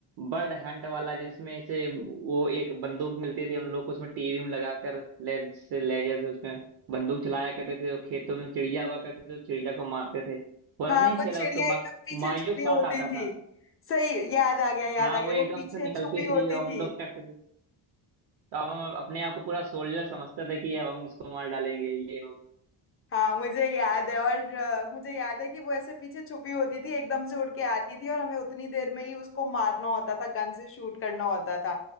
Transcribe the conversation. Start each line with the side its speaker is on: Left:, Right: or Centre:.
Right: बर्ड हंट वाला जिसमें से वो एक बंदूक मिलती थी हम लोग को उसमें टीवी में लगाकर लेज से लेजर से उसमें बंदूक चलाया करते थे और खेतों में चिड़िया हुआ करते थे तो चिड़िया को मारते थे वो वाला
Left: हाँ
Right: नहीं
Left: वो
Right: खेला
Left: चिड़िया
Right: उसको मा,
Left: एकदम पीछे
Right: मारियो
Left: छुपी
Right: के साथ
Left: होती
Right: आता था
Left: थी सही याद आ गया याद
Right: हाँ
Left: आ गया
Right: वो एकदम
Left: वो पीछे
Right: से निकलती
Left: छुपी होती
Right: थी और
Left: थी
Right: हम लोग कट तो अब हम अपने आप को पूरा सोल्जर समझते थे कि अब हम इसको मार डालेंगे ये वो
Left: हाँ मुझे याद है और अ, मुझे याद है कि वो ऐसे पीछे छुपी होती थी एकदम से उड़ के आती थी और हमें उतनी देर में ही उसको मारना होता था गन से शूट करना होता था